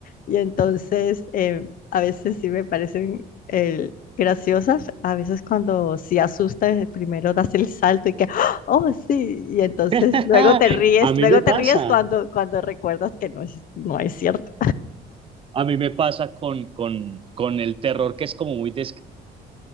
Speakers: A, on the left; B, on the right.
A: Y entonces eh, a veces sí me parecen eh, graciosas, a veces cuando sí asustas, eh, primero das el salto y que, ¡ah! oh, sí, y entonces
B: <laughs>
A: luego te ríes,
B: A mí
A: luego
B: me pasa.
A: te ríes cuando, cuando recuerdas que no es, no es cierto.
B: A mí me pasa con, con, con el terror que es como muy de